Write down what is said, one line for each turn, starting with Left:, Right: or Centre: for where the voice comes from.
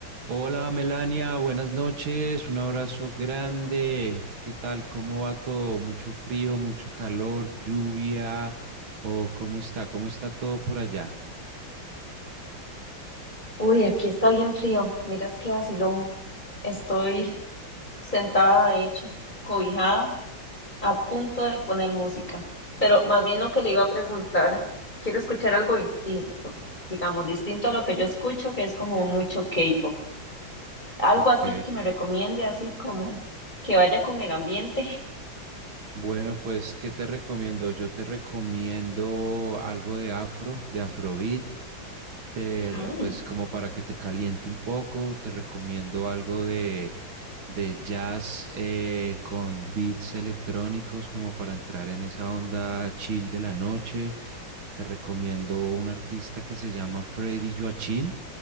Right: Hola Melania, buenas noches, un abrazo grande. ¿Qué tal? ¿Cómo va todo? ¿Mucho frío, mucho calor, lluvia? ¿O cómo está? ¿Cómo está todo por allá?
Left: Uy, aquí está bien frío. Miras qué vacilón. Estoy sentada, de hecho, cobijada, a punto de poner música. Pero más bien lo que le iba a preguntar, quiero escuchar algo distinto, digamos, distinto a lo que yo escucho, que es como mucho K-pop. Algo
Right: Ok.
Left: así que me recomiende, así como que vaya con el ambiente.
Right: Bueno, pues, ¿qué te recomiendo? Yo te recomiendo algo de afro, de afrobeat, te-
Left: <laughs>
Right: pues como para que te caliente un poco, te recomiendo algo de, de jazz eh, con beats electrónicos como para entrar en esa onda chill de la noche. Te recomiendo un artista que se llama Freddy Joachim.